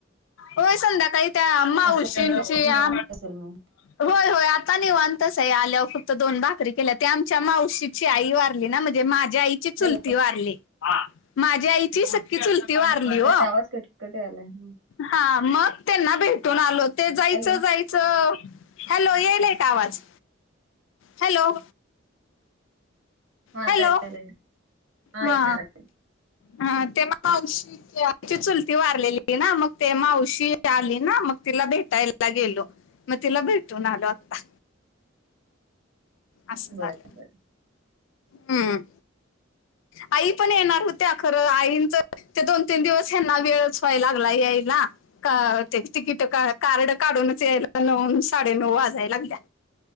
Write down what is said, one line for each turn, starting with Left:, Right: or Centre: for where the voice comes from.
Left: होय संध्याकाळी त्या माउशींची
Right: आज संध्याकाळी
Left: आ
Right: निवांत असेल मग.
Left: होय होय आता निवांताच आहे आल्या फक्त दोन भाकरी केल्या ते आमच्या मावशीची आई वार ण मजे मजा आईची सुलाती
Right: हॅलो.
Left: वर्ली हां माझा आई चि सखी की चुलती वारली
Right: हां,
Left: ओ.
Right: जरा आवाज कटकट यायलाय. हं.
Left: हा मग त्यांना भेटून आलो ते जायचं
Right: हॅलो.
Left: जायच च हॅलो येईलय का आवाज हॅलो
Right: <unintelligible>
Left: हॅलो हा हा तेव्हां मावशी ते आमची चुलती वारलेली ना मग ते मावशी इथे आली ना मग तिला भेटायला गेलो. म तिला भेटून आलो आता. असं
Right: बरं,
Left: झाल.
Right: बरं.
Left: हम्म आई पण येणार होत्या अ खरं आईंच ते दोन तीन दिवस हना वेळच व्हाय लागला आहे यायला. का ते तिकिट कार्ड काढूनच यायला नऊ साडेनऊ वाजायला लागल्या.